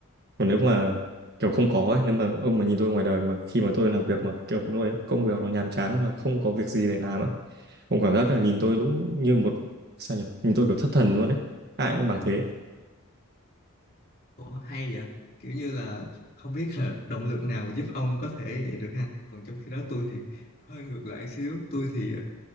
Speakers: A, on the right; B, on the left.
A: còn nếu mà kiểu không có ấy nếu mà ông mà nhìn tôi ngoài đời mà khi mà tôi làm việc mà kiểu tôi công việc nó nhàm chán hoặc là không có việc gì để làm ấy ông cảm giác là nhìn tôi đúng như một sao nhỉ nhìn tôi kiểu thất thần luôn ấy ai cũng bảo thế
B: Ồ, hay vậy kiểu như là không biết là động lực nào mà giúp ông có thể vậy được ha còn trong khi đó tôi thì hơi ngược lại xíu tôi thì